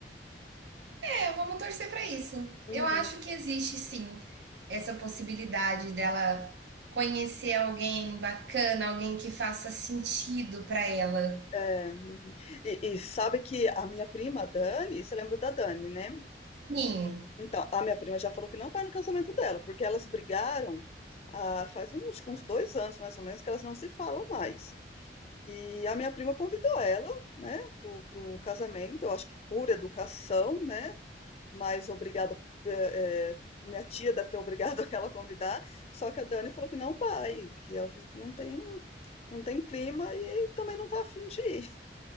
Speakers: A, on the right; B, on the left.
A: É, vamos torcer pra isso.
B: Uhum,
A: Eu acho que existe sim essa possibilidade dela conhecer alguém bacana, alguém que faça sentido pra ela.
B: é, uhum. E, e sabe que a minha prima, a Dani, você lembra da Dani, né?
A: Sim.
B: Então, a minha prima já falou que não vai no casamento dela, porque elas brigaram, ah, faz uns, acho que uns dois anos mais ou menos que elas não se falam mais. E a minha prima convidou ela, né, pro, pro casamento, eu acho que por educação, né, mas obrigada, eh, eh, minha tia deve ter obrigado <laughs> ela a convidar, só que a Dani falou que não vai, que ela falou que não tem, não tem clima e também não tá afim de ir.